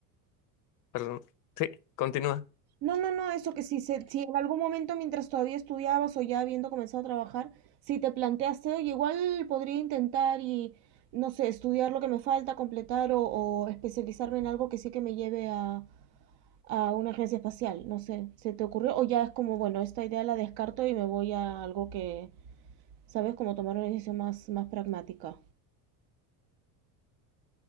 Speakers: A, on the left; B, on the right.
A: perdón, sí, continúa.
B: No, no, no, eso que si, se, si en algún momento mientras todavía estudiabas o ya habiendo comenzado a trabajar, si te planteaste, oye, igual podría intentar y, no sé, estudiar lo que me falta, completar o, o especializarme en algo que sí que me lleve a, a una agencia espacial, no sé, ¿se te ocurrió? O ya es como, bueno, esta idea la descarto y me voy a algo que, ¿sabes? Como tomar una decisión más, más pragmática.